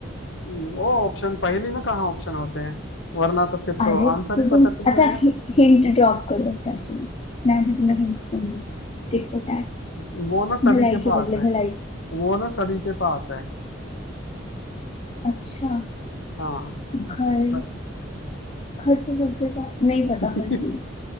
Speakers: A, on the left; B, on the left.
A: वो ऑप्शन पहली में कहाँ ऑप्शन होते हैं वरना तो फिर
B: अरे
A: तो आंसर
B: तो
A: ही
B: तुम
A: पता चल जाएगा
B: अच्छा हि, हिंट ड्रॉप करो अच्छा चलो मैं भी तुम्हें हिंट सुनूंगी टिट फॉर टैट
A: वो ना सभी
B: भलाई
A: के
B: के
A: पास
B: बदले
A: है
B: भलाई
A: वो ना सभी के पास है
B: अच्छा
A: हाँ
B: घर
A: स-
B: घर तो सबके पास नहीं
A: <laughs>
B: पता फिर भी